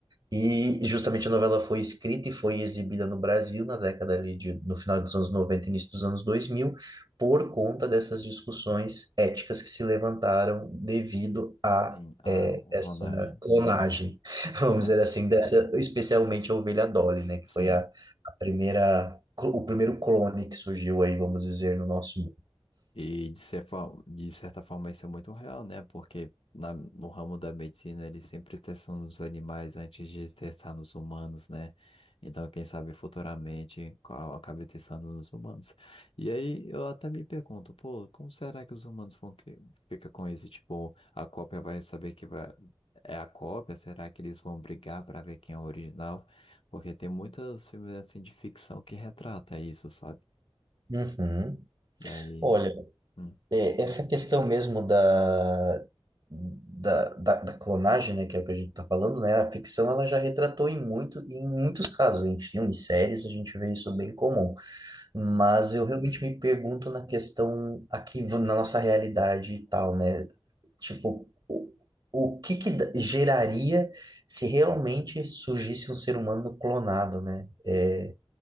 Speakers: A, on the right (about 45°); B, on the left (about 65°).
A: E justamente a novela foi escrita e foi exibida no Brasil na década ali de, no final dos anos 90 e início dos anos 2000 por conta dessas discussões éticas que se levantaram devido a
B: Sim, a
A: eh, essa
B: clonagem.
A: clonagem, <laughs> vamos
B: É,
A: dizer assim, dessa, especialmente a ovelha Dolly, né, que
B: sim.
A: foi a, a primeira, o primeiro clone que surgiu aí, vamos dizer,
B: Uhum.
A: no nosso
B: E de cer- fa- de certa forma isso é muito real, né? Porque na- no ramo da medicina eles sempre testam nos animais antes de testar nos humanos, né? Então, quem sabe futuramente qual acabe testando nos humanos. E aí eu até me pergunto, pô, como será que os humanos vão cri- ficar com isso? Tipo, a cópia vai saber que vai- é a cópia? Será que eles vão brigar para ver quem é o original? Porque tem muitos filmes assim de ficção que retrata isso, sabe?
A: mundo. Uhum.
B: Daí.
A: Olha,
B: hum,
A: É, essa questão mesmo da, da, da, da clonagem, né, que é o que a gente está falando, né, a ficção ela já retratou em muito, em muitos casos, em filmes, séries, a gente vê isso bem comum. Mas
B: hum,
A: eu realmente me pergunto na questão aqui v- na nossa realidade e tal, né? Tipo, o, o que que da- geraria se realmente surgisse um ser humano clonado, né? É,